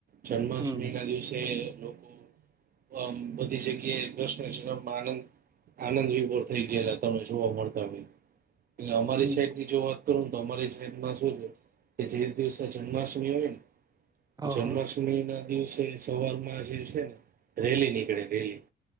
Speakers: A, on the right; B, on the right.
A: જન્માષ્ટમીના
B: હમ
A: દિવસે લોકો આમ બમ બધી જગ્યાએ કૃષ્ણજી ને આમ આનંદ આનંદ વિભોર થઈ ગયેલા તમમે જોવા મળતા હોય ને અમારી
B: હમ
A: સાઈડથી જોવા તો તમારીમાં શું છે, કે જે દિવસે જન્માષ્ટમી હોયને
B: હા
A: જન્માષ્ટમીના
B: હા
A: દિવસે સવારમાં જે છે, ને રેલી નીકળે રેલી